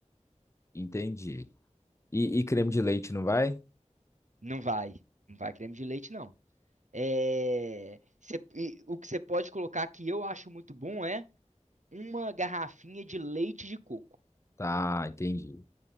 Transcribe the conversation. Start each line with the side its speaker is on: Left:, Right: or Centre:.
Left: Entendi. E, e creme de leite, não vai?
Right: Não vai. Não vai creme de leite, não. É, cê- e o que você pode colocar que eu acho muito bom é uma garrafinha de leite de coco.
Left: Tá, entendi.